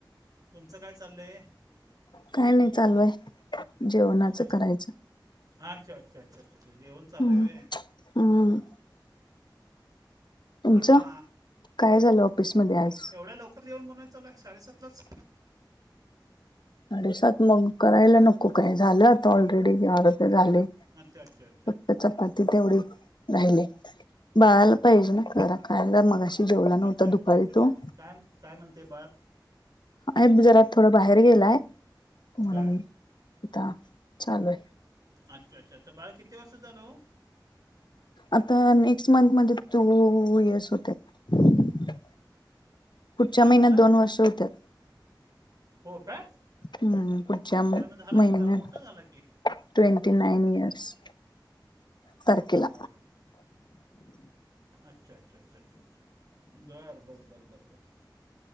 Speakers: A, on the right; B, on the left.
A: तुमचं काय चाललंय?
B: काय नाही चालू आहे जेवणाचं
A: का
B: करायचं.
A: अच्छा अच्छा अच्छा अच्छा अच्छा जेवण चालू
B: हम्म
A: आहे होय?
B: हम्म. तुमचं?
A: आता
B: काय झालं ऑफिसमध्ये आज?
A: एवढ्या लवकर जेवण बनवायचं चालू आहे साडे सातलाच?
B: साडेसात मग करायला नको काय झालं आता ऑलरेडी या झालंय.
A: अच्छा अच्छा अच्छा
B: आता चपाती तेवढी राहिली, बाळाला पाहिजे ना जरा खायला मघाशी जेवला नव्हता
A: अच्छा अच्छा
B: दुपारी
A: अच्छा अच्छा
B: तो.
A: काय काय म्हणते बाळ?
B: अ जरात थोडं बाहेर गेलाय म्हणून
A: बर
B: आता चालू आहे.
A: अच्छा अच्छा तर बाळ किती वर्षाचं झालं हो?
B: आता नेक्स्ट मंथ मध्ये टु इयर्स होतेत. पुढच्या
A: काय
B: महिन्यात
A: म्हणला
B: दोन वर्ष होत्यात.
A: हो का?
B: हम्म पूढच्या महिन्यात.
A: अरे मग झाला की जरा मोठा झाला की
B: ट्वेंटी नाईन इयर्स तारखेला.
A: वा वा वा अच्छा अच्छा अच्छा अच्छा अच्छा बरं बरं बरं बरं बर.